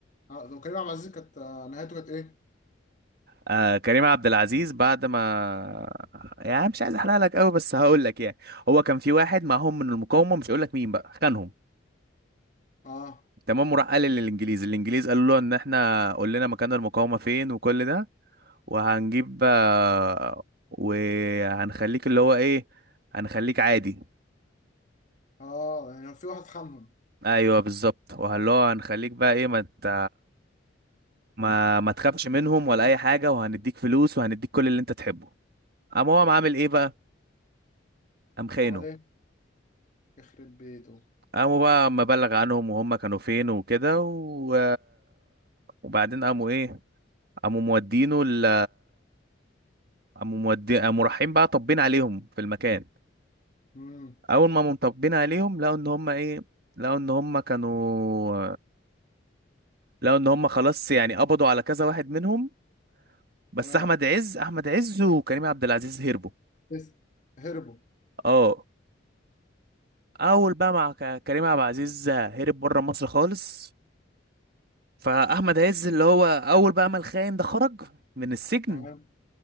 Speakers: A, on the left; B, on the right.
A: آه وكريم عبد العزيز كانت آه، نهايته كانت ايه؟
B: آه كريم عبد العزيز بعد ما يعني مش عايز احرق لك قوي بس هقول لك يعني هو كان في واحد معاهم من المقاومه مش هقول لك مين بقى خانهم
A: اه
B: تمام وراح قال للانجليز الانجليز قالوا له ان احنا قلنا مكان المقاومه فين وكل ده وهنجيب آه، وهنخليك اللي هو ايه هنخليك عادي
A: اه يعني في واحد خانهم
B: ايوه بالظبط وهل هو هنخليك بقى ايه ما انت ما ما تخافش منهم ولا اي حاجه وهنديك فلوس وهنديك كل اللي انت تحبه قام هو قام عامل ايه بقى قام خاينه
A: عمل ايه؟ يخرب بيته
B: قاموا بقى مبلغ عنهم وهم كانوا فين وكده و... وبعدين قاموا ايه قاموا مودينه ال قاموا مودي قاموا رايحين بقى طبين عليهم في المكان
A: امم
B: اول ما هم طبين عليهم لقوا ان هم ايه لقوا ان هم كانوا لقوا ان هم خلاص يعني قبضوا على كذا واحد منهم بس
A: تمام
B: احمد عز احمد عز وكريم عبد العزيز هربوا
A: لسه هربوا
B: اه اول بقى مع ك- كريم عبد العزيز هرب بره مصر خالص فاحمد عز اللي هو اول بقى ما الخاين ده خرج من السجن
A: تمام